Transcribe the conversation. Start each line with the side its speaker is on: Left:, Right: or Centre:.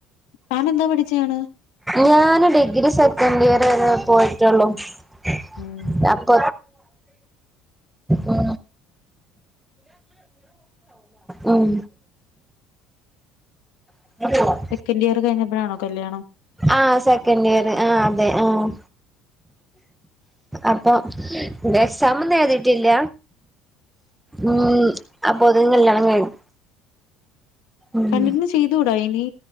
Left: താനെന്താ പഠിച്ചയാണ്
Centre: ഞാന് ഡിഗ്രി സെക്കൻഡ് ഇയർ വരെ പോയിട്ടുള്ളു <inaudible>
Left: ഉം
Centre: ഉം ഉം <unintelligible>
Left: സെക്കൻ് ഇയർ കഴിഞ്ഞപ്പോഴാണോ കല്യാണം
Centre: ആ സെക്കൻഡ് ഇയർ ആ അതെ ആഹ് അപ്പൊ എക്സാമൊന്നും എഴുതിട്ടില്ല ഉം അപ്പോതു കല്യാണം കഴിഞ്ഞു ഉം
Left: കണ്ടിന്യൂ ചെയ്ത് കൂടാ ഇനി